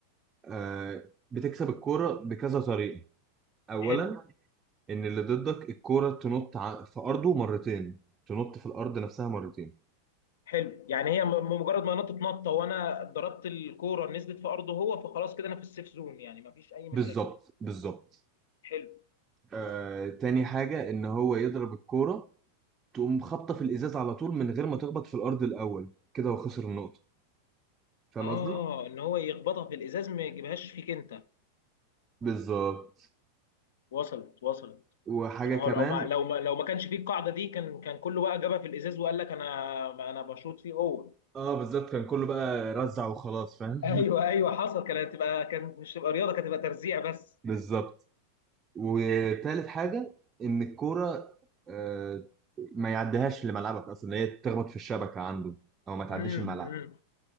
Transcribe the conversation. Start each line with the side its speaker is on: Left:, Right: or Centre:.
Right: آه... بتكسب الكوره بكذا طريقه اولا
Left: حلو
Right: ان اللي ضدك الكوره تنط ع- في ارضه مرتين تنط في الارض نفسها مرتين
Left: حلو يعني هي م- مجرد ما نطت نطه وانا ضربت الكوره نزلت في ارضه هو فخلاص كده انا في السيف زون يعني ما فيش اي مشاكل
Right: بالظبط بالظبط
Left: حلو
Right: آه... تاني حاجه ان هو يضرب الكوره تقوم خابطه في الازاز على طول من غير ما تخبط في الارض الاول كده وخسر النقطه فاهم
Left: اه
Right: قصدي
Left: ان هو يخبطها في الازاز ما يجيبهاش فيك انت
Right: بالظبط
Left: وصلت وصلت
Right: وحاجه
Left: لما
Right: كمان
Left: هو لو ما لو ما لو ما كانش فيه القاعده دي كان كان كله بقى جابها في الازاز وقال لك انا ما انا بشوط فيه هو
Right: اه بالظبط كان كله بقى رزع وخلاص
Left: <laughs>
Right: فاهم
Left: ايوه ايوه حصل كانت تبقى كانت مش تبقى رياضه كانت تبقى ترزيع بس
Right: <laughs> بالظبط وتالت حاجه ان الكوره آه، ما يعديهاش لملعبك اصلا هي تخبط في الشبكه عنده او ما تعديش
Left: امم
Right: الملعب
Left: امم